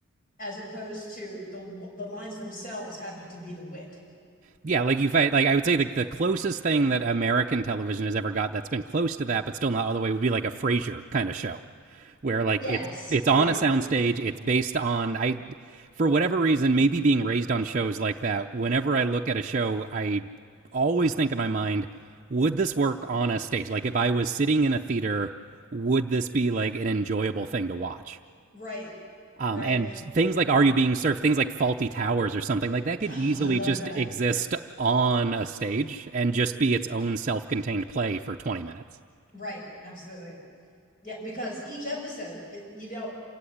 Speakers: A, on the left; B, on the right.
A: as opposed to the the lines themselves having to be the wit.
B: yeah, like you have like I would say like the closest thing that American television has ever got that's been close to that, but still not all the way would be like a Frasier kind of show where like
A: Yes.
B: it's it's
A: Yeah,
B: on a soundstage it's based on i for whatever reason maybe being raised on shows like that whenever i look at a show i always think in my mind would this work on a stage like if i was sitting in a theater would this be like an enjoyable thing to watch
A: right.
B: um,
A: Right.
B: and things like are you being served things like faulty towers or something like that could
A: Oh,
B: easily
A: I love
B: just
A: that.
B: exist on a stage and just be its own self-contained play for 20 minutes
A: Right. Absolutely. Yeah, because each episode it, you don't